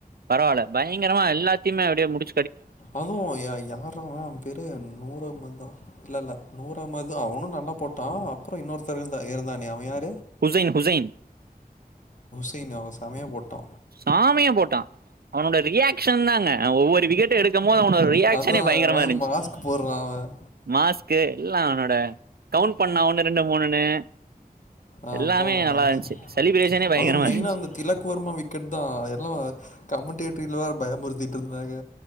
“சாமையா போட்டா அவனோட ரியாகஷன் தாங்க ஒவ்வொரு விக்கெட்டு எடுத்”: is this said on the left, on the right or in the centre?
Right